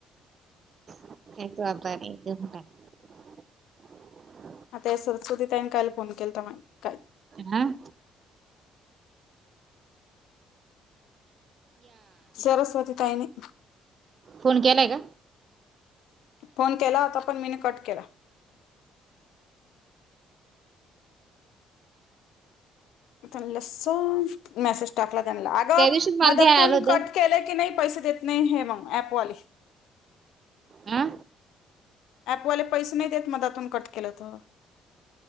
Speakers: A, on the right; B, on the left.
A: <unintelligible>
B: आता या सरस्वतीताईने काल फोन केलता हाय. का
A: हम्म.
B: सरस्वती ताईंनी.
A: फोन केलाय का?
B: फोन केला होता, पण मीने कट केला. त्यां सफ्ट मेसेज टाकला त्यां अगं
A: त्या दिवशीच मला
B: मदतून
A: ध्यान आलं होतं
B: कट केलं की नाही पैसे देत नाही हे मग ऍपवाले.
A: हा
B: ऍपवाले पैसे नाही देत मदेतुन कट केलं तर.